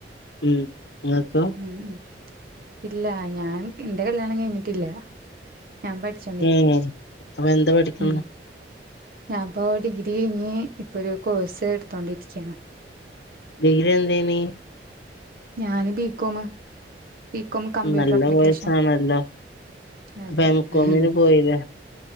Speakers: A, on the left (about 70°); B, on the right (about 55°).
A: മ് ങ്ങകൊ
B: മ് മ് ഇല്ലാ ഞാൻ ന്റെ കല്യാണം കഴിഞ്ഞിട്ടില്ല ഞാൻ പഠിച്ചോണ്ടിരിക്ക
A: ഏഹ് അപ്പൊ എന്താ പഠിക്കണ്
B: മ് ഞാൻപ്പോ ഡിഗ്രി കെയ്ഞ് ഇപ്പൊരു കോഴ്സ് എടുത്തോണ്ടിരിക്യാണ്
A: ഡിഗ്രി എന്തെനി
B: ഞാന് ബീക്കോമ് പികോം കമ്പ്യൂട്ടർ
A: നല്ല
B: അപ്ലിക്കേഷൻ
A: കോഴ്സാണല്ലോ
B: അതെ
A: അപ്പൊ എംകോമിന്
B: <unintelligible>
A: പോയില്ലേ